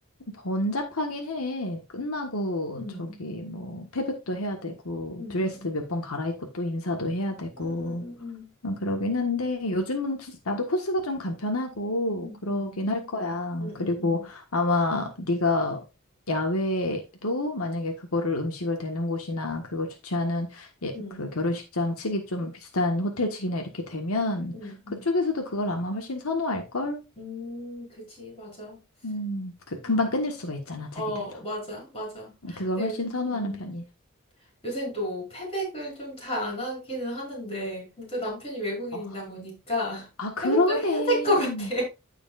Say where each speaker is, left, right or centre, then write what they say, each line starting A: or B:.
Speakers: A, on the left; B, on the left.
A: 번잡하긴 해. 끝나고
B: 응응응응.
A: 저기 뭐 패백도 해야 되고
B: 응응응응.
A: 드레스 몇 번 갈아입고 또 인사도 해야 되고
B: 응응응응.
A: 어, 그러긴 한데 요즘은 나도 코스가 좀 간편하고
B: 응응응.
A: 그러긴 할 거야.
B: 응 응응
A: 그리고
B: 응응.
A: 아마 네가 야외도 만약에 그거를 음식을 대는 곳이나 그걸 주최하는
B: 음, 음, 음, 음.
A: 예,
B: 음, 음, 음.
A: 그 결혼식장 측이 좀 비싼 호텔 측이나 이렇게 되면
B: 음, 음, 음. 음,
A: 그쪽에서도
B: 음, 음.
A: 그걸 아마 훨씬 선호할 걸.
B: 음, 그치, 맞아.
A: 음, 그 금방
B: 어,
A: 끝낼 수가 있잖아, 자기들도.
B: 어, 맞아, 맞아.
A: 음, 그걸
B: 네,
A: 훨씬 선호하는
B: 응응.
A: 편이야.
B: 요새는 또 패백을 좀 잘 안 하기는 하는데, 근데 또 남편이 외국인이다
A: 어,
B: 보니까
A: 아,
B: <laughs>
A: 그러네.
B: 패백도 해야 될 것 같아.